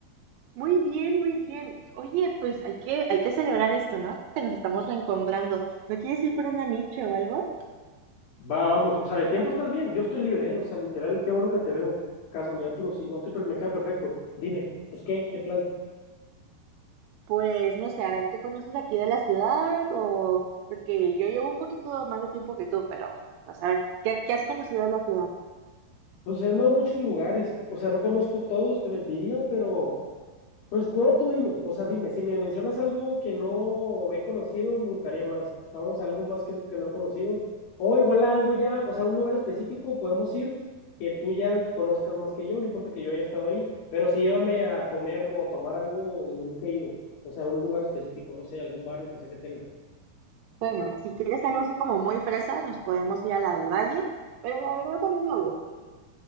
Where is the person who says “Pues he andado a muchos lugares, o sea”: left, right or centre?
Left